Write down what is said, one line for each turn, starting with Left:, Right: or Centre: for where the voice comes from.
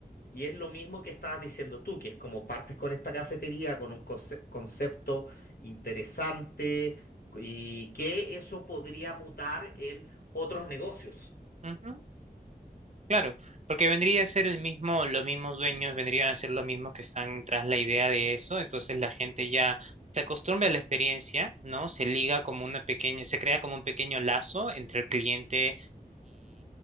Left: y es lo mismo que estabas diciendo tú, que es como partes con esta cafetería, con un conce- concepto interesante y que eso podría mutar en otros negocios.
Right: Ujú, Claro, porque vendría a ser el mismo, los mismos dueños vendrían a ser los mismos que están tras la idea de eso, entonces la gente ya se acostumbra a la experiencia, ¿no? Se liga como una pequeña, se crea como un pequeño lazo entre el cliente